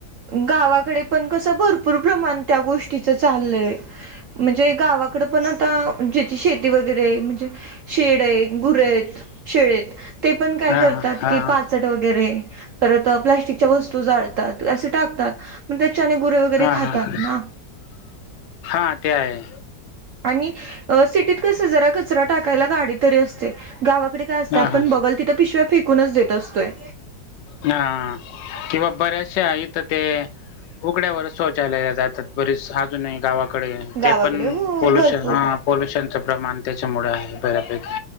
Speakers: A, on the right; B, on the left.
A: गावाकडे पण कसं भरपूर प्रमाण त्या गोष्टीच चाललंय. म्हणजे गावाकडं पण आता ज्याची शेती वगैरे म्हणजे शेत डे गुरे हायत शेळी आहेत ते पण काय
B: हा
A: करतात
B: हा
A: की
B: हा
A: पाचट ट वैगेरे परत प्लॅस्टिकच्या वस्तू जाळतात असे टाकतात. पण त्याच्याने गुरे वगैरे
B: हा हा
A: खातात
B: हा
A: ना.
B: हा ते आहे
A: आणि सिटीत कसं जरा कचरा टाकायला गाडी तरी असते गावात कडे काय असतं
B: हा
A: आपण
B: हा
A: बगल तिथं पिशव्या फेकूनच देत असतोय.
B: हा किंवा बऱ्याचशा इथं ते उघड्यावर शौचायला जात तात बरीस अजून आहे गावाकडे
A: गावाकडे
B: ते पण
A: हो
B: पोल्युशन
A: भरपूर
B: हा. पॉल्युशनचं प्रमाण त्याच्यामुळे आहे बऱ्यापैकी.